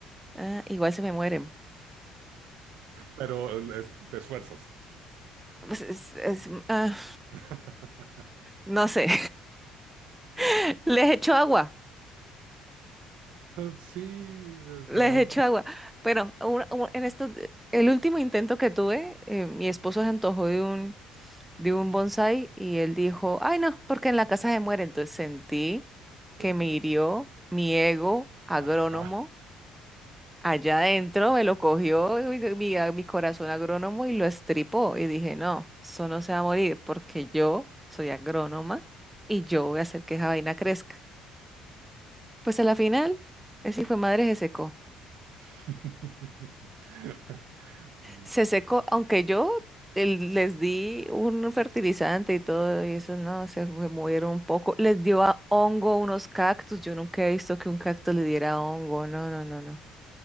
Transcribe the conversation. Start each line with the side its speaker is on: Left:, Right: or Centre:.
Centre: ah, igual se me mueren.
Right: Pero es- te esfuerzas.
Centre: Pues es- es- mm, ah,
Right: <laughs>
Centre: no sé, <laughs> les echo agua,
Right: Sí, eh,
Centre: les
Right: ah,
Centre: echo agua. Bueno, un- un- en esto, el último intento que tuve, eh, mi esposo se antojó de un... de un bonsái y él dijo, ay no, porque en la casa se muere. Entonces sentí que
Right: de-
Centre: me hirió mi ego agrónomo
Right: ajá.
Centre: allá adentro, me lo cogió mi, mi mi corazón agrónomo y lo estripó. Y dije, no, eso no se va a morir porque yo soy agrónoma y yo voy a hacer que esa vaina crezca. Pues a la final, ese hijo de madre se secó.
Right: <laughs>
Centre: Se secó, aunque yo el- les di un fertilizante y todo, y eso no, se fue- murieron un poco. Les dio a hongo unos cactus. Yo nunca he visto que un cactus le diera hongo. No, no, no, no.